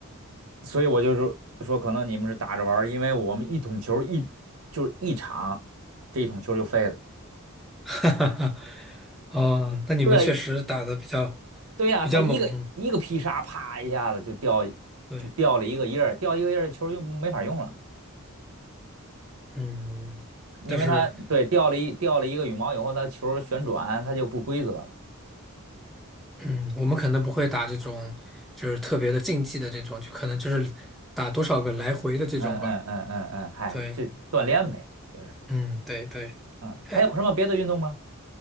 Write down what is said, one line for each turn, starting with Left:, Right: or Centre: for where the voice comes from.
Right: 所以我就是说可能你们是打着玩儿，因为我们一桶球儿一就是一场，这一桶球儿就废了。
Centre: <laughs> 哈哈哈，哦，那你们确实打的比较
Right: 对对呀、
Centre: 比较猛，
Right: 他一个一个劈杀，啪一下子就掉
Centre: 对，
Right: 就掉了一个叶儿，掉一个叶儿球儿又没法用了，
Centre: 嗯，
Right: 因为它对掉了一掉了一个羽毛以后，
Centre: 但是，
Right: 它球儿旋转它就不规则了。
Centre: 嗯，我们可能不会打这种就是特别的竞技的这种，就可能就是打多少个来回的这种吧。
Right: 嗯嗯嗯嗯嗯，嗨，
Centre: 对，
Right: 就锻炼呗，就是
Centre: 嗯，对对。
Right: 嗯，
Centre: 哎，
Right: 还有什么别的运动吗？